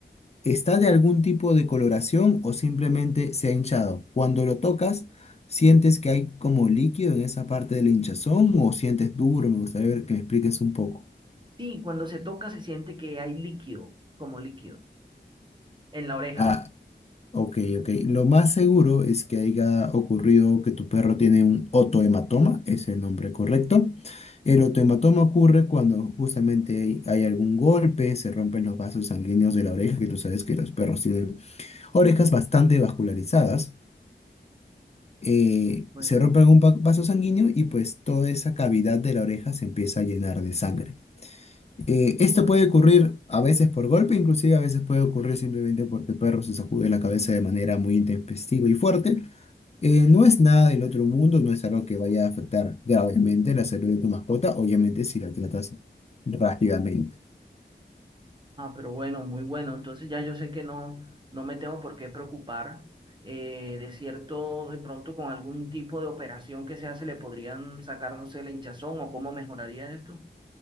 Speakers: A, on the left; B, on the right.
A: está de algún tipo de coloración o simplemente se ha hinchado, cuando lo tocas, ¿sientes que hay como líquido en esa parte de la hinchazón o sientes duro? Me gustaría ver que me expliques un poco.
B: Sí, cuando se toca se siente que hay líquido, como líquido, en la oreja.
A: Ah. Ok, ok. Lo más seguro es que haya ocurrido que tu perro tiene un otohematoma, es el nombre correcto. El otohematoma ocurre cuando justamente hay, hay algún golpe, se rompen los vasos sanguíneos de la oreja, que tú sabes que los perros tienen orejas bastante vascularizadas. eh,
B: Pues
A: se rompe algún va- vaso sanguíneo y pues toda esa cavidad de la oreja se empieza a llenar de sangre. Eh, esto puede ocurrir a veces por golpe, inclusive a veces puede ocurrir simplemente porque el perro se sacude la cabeza de manera muy intempestiva y fuerte. Eh, no es nada del otro mundo, no es algo que vaya a afectar gravemente la salud de tu mascota, obviamente si la tratas rápidamente.
B: Ah, pero bueno, muy bueno. Entonces ya yo sé que no, no me tengo por qué preocupar. eh, de cierto, de pronto con algún tipo de operación que se hace le podrían sacar, no sé, la hinchazón o cómo mejoraría esto.